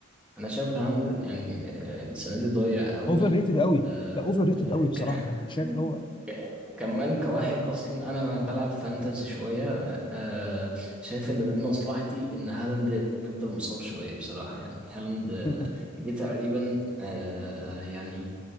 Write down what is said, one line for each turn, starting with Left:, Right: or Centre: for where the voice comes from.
Centre: انا شايف الهاند يعني آه، السنه دي ضايع قوي
Left: اوفر ريتد قوي
Centre: آه،
Left: لا اوفر ريتد
Centre: آه،
Left: قوي
Centre: ك...
Left: بصراحه
Centre: <laughs>
Left: يعني شايف اللي هو
Centre: ك- كمان كواحد اصلا انا بلعب فانتزي شويه آه، شايف ان من مصلحتي ان هالاند يفضل مصاب شويه بصراحه يعني هالاند
Left: <laughs>
Centre: آه، جه تقريبا آه، يعني